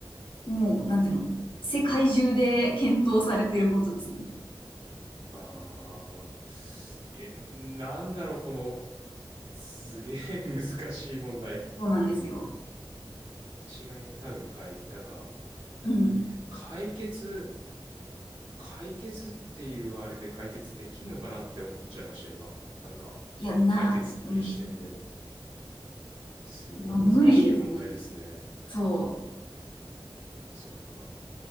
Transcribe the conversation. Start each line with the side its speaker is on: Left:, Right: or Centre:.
Left: もう、なんていうの、世界中で検討されてることですね。
Right: う、ああ、いやなんだろう、この、すげえ <laughs> 難しい問題。
Left: そうなんですよ。
Right: 一概に多分、かい、なんか、うん、
Left: うん。
Right: 解決、解決っていうあれで解決できんのかなって思っちゃいました、今。なんか、
Left: いや、な、
Right: 解決っていう視点で。
Left: うん、
Right: すごい難しい問題ですね。
Left: まあ、無理ですね。そ
Right: そっか。